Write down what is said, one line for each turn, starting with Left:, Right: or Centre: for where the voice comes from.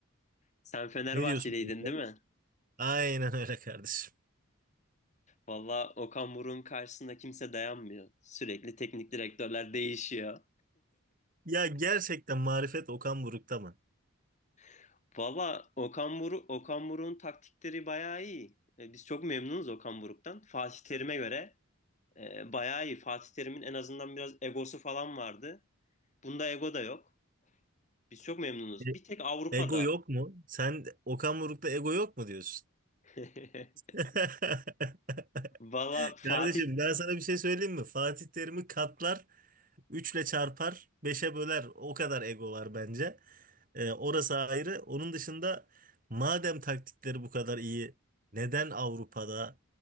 Left: Sen Fenerbahçeliydin
Right: Ne diyorsun bu işe?
Left: değil mi?
Right: Aynen öyle kardeşim.
Left: Valla Okan Buruk'un karşısında kimse dayanmıyor. Sürekli teknik direktörler değişiyor.
Right: Ya gerçekten marifet Okan Buruk'ta mı?
Left: <laughs> Valla Okan Buruk, Okan Buruk'un taktikleri bayağı iyi. E, Biz çok memnunuz Okan Buruk'tan. Fatih Terim'e göre e, bayağı iyi. Fatih Terim'in en azından biraz egosu falan vardı. Bunda ego da yok. Biz çok memnunuz.
Right: E-
Left: Bir tek Avrupa'da.
Right: Ego yok mu? Sen Okan Buruk'ta ego yok mu diyorsun?
Left: <laughs>
Right: <laughs>
Left: Valla Fatih
Right: Kardeşim ben sana bir şey söyleyeyim mi? Fatih Terim'i katlar, üçle çarpar, beşe böler. O kadar ego var bence. Ee, orası ayrı. Onun dışında madem taktikleri bu kadar iyi, neden Avrupa'da